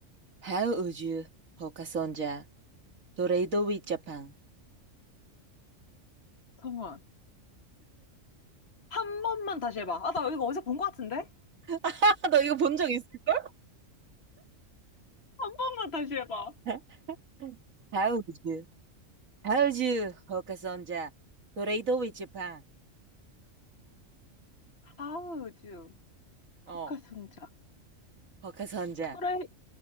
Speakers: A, on the right (about 90°); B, on the left (about 55°).
A: How would you, 호카손자, 도레이도 위자팡.
B: 잠깐만. 한 번만 다시 해봐. 아, 나 이거 어디서 본 것 같은데?
A: <laughs> 너 이거 본 적 있을걸?
B: 한 번만 다시 해봐.
A: <laughs> How would you, how would you, 호카손자, 도레이도 위자팡.
B: 하우 u 헛카선자
A: 어, 호카손자.
B: 철의